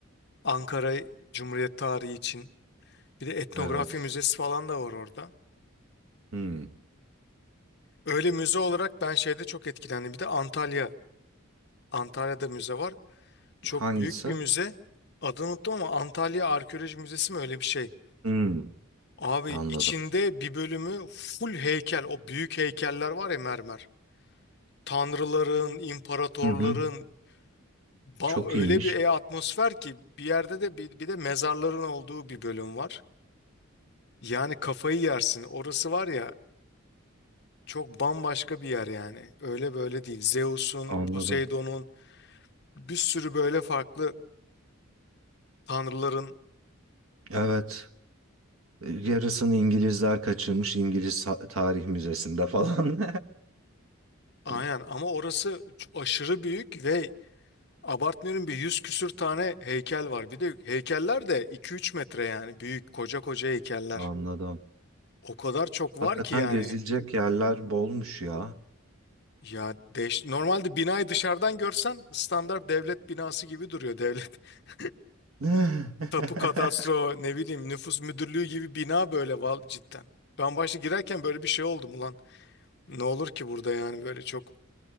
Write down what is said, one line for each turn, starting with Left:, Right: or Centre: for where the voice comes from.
Left: Ankara Cumhuriyet tarihi için. Bir de etnografi
Right: <laughs> Evet.
Left: müzesi falan da var orada.
Right: Hmm.
Left: Öyle müze olarak ben şeyde çok etkilendim. Bir de Antalya. Antalya'da müze var. Çok
Right: Hangisi?
Left: büyük bir müze. Adını unuttum ama Antalya Arkeoloji Müzesi mi öyle bir şey.
Right: Hmm.
Left: Abi
Right: Anladım.
Left: içinde bir bölümü full heykel. O büyük heykeller var ya mermer. Tanrıların, imparatorların
Right: Hı hı.
Left: ba-
Right: Çok
Left: öyle
Right: iyiymiş.
Left: bir e atmosfer ki bir yerde de bir, bir de mezarların olduğu bir bölüm var. Yani kafayı yersin. Orası var ya Çok bambaşka bir yer yani. Öyle böyle değil. Zeus'un,
Right: Anladım.
Left: Poseidon'un bir sürü böyle farklı tanrıların
Right: Evet. Yarısını İngilizler kaçırmış İngiliz ta- Tarih Müzesi'nde falan.
Left: aynen
Right: <laughs>
Left: ama orası ç- aşırı büyük ve abartmıyorum bir yüz küsür tane heykel var. Bir de heykeller de iki üç metre yani büyük koca koca heykeller.
Right: Anladım.
Left: O kadar çok var
Right: Hakikaten
Left: ki yani.
Right: gezilecek yerler bolmuş ya.
Left: Ya deş- normalde binayı dışarıdan görsen standart devlet binası gibi duruyor devlet. <laughs>
Right: <laughs>
Left: Tapu kadastro ne bileyim nüfus müdürlüğü gibi bina böyle val cidden. Ben başta girerken böyle bir şey oldum ulan. Ne olur ki burada yani böyle çok.